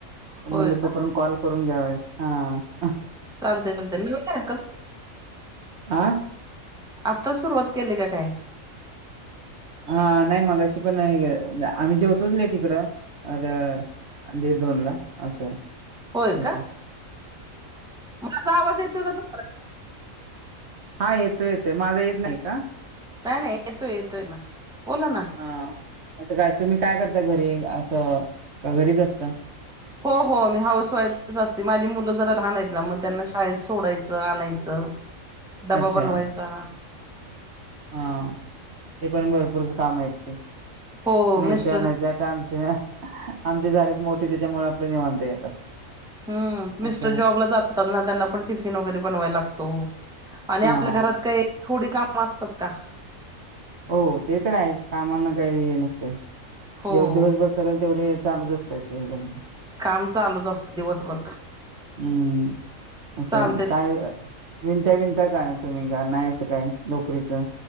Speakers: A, on the right; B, in the centre.
A: म्हणल
B: होय
A: तोपर्यंत
B: का
A: कॉल कर. करून घ्याव हा.
B: चालत चालत न <inaudible> <unintelligible>
A: आं?
B: आत्ताच सुरुवात केली का काय?
A: हा नाही मग अशी पण आम्ही जेवतोच लेट ईकडं, अ दीड दोनला अस.
B: होय
A: ह
B: का माझा आवाज येतोय का तुम्हाला?
A: हा येतोय येतोय. माझा येत नाही का?
B: नाही नाही येतोय येतोय ना. बोला ना
A: हा आ काय तुम्ही काय करता घरी? असं घरीच असता.
B: हो हो मी हाऊस वाईफ असते. माझी मुलं जरा लहानेत ना मग त्यांना शाळेत सोडायचं. आणायचं. डबा
A: अच्छा
B: बनवायचा.
A: हा ते पण भरपूरच कामेत ते
B: हो
A: न्यायच
B: मिस्टर
A: आणायचं आता आम आमचे झालेत मोठ त्याच्यामुळे आपल्या निवांता आता.
B: हम्म मिस्टर
A: असं आहे.
B: जॉबला जातात ना, त्यांना पण टिफिन वगैरे बनवाय लागतो. आणि
A: हा
B: आपल्या घरात काही थोडी काम असतात का?
A: हो ते तर आहेच कामांना काही हे नसते
B: हो
A: जेवढे दिवसभर करेल तेवढे चालूच असतायेत एकट
B: काम चालूच असतं दिवसभर
A: हम्म. असं
B: चालते
A: काय विणत्या बिनत्या काय, तुम्ही का नाही असं काय लोकरीचं.